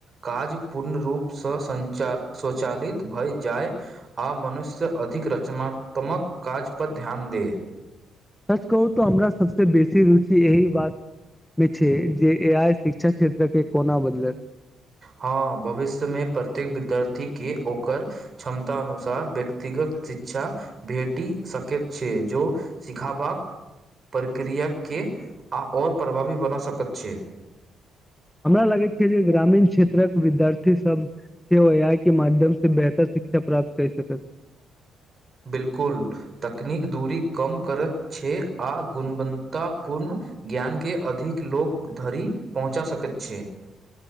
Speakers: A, on the right (about 35°); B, in the centre.
A: काज पूर्ण रूपसँ संचित स्वचालित भए जाय आ मनुष्य अधिक रचनात्मक काज पध ध्यान दे
B: सच कहू तऽ हमरा सबस बेसी रुचि यही बात मे छै जे ए आइ शिक्षा क्षेत्र मे कोना बदलत
A: हँ भविष्यमे प्रत्येक विद्यार्थीके ओकर क्षमताननुसार व्यक्तिगत शिक्षा भेटि सकैत छै जो सिखबाक प्रक्रिया के आ आओर प्रभावी बना सकैत छियै
B: हमरा लागैत छै जे ग्रामीण क्षेत्रक विद्यार्थी सब सेहो ए आई के माध्यम से बेहतर शिक्षा प्राप्त केर सकत
A: बिलकुल तकनीक दूरी कम करैत छै आ गुणवत्तापूर्ण ज्ञान के अधिक लोक धरि पहुँचा सकैत छै